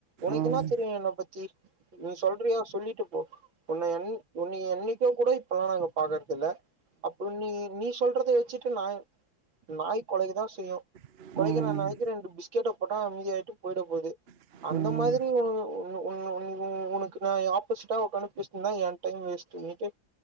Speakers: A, on the right; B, on the right.
A: உனக்கு
B: ம்
A: என்னா தெரியு என்ன பத்தி ம் சொல்றியா சொல்லிட்டு போ உன்னய என் உன்னிய என்னைக்கோ கூட இப்பல்லா நாங்க பாக்கறது இல்ல அப்பற நீ நீ சொல்றத வச்சிட்டு நாய் நாய் கொழக்கதா செய்யு
B: ம்
A: கொலைக்கிற நாய்க்கு ரெண்டு பிஸ்கெட்ட போட்டா அமைதி ஆய்ட்டு போய்ட போது
B: ம்
A: அந்த மாதிரி
B: ம்
A: ஒ உன் உன் உன் உனக்கு நா ஆப்போசிட்டா உக்காந்து பேசுனனா எ டைம் வேஸ்ட்டு இன்னைக்கு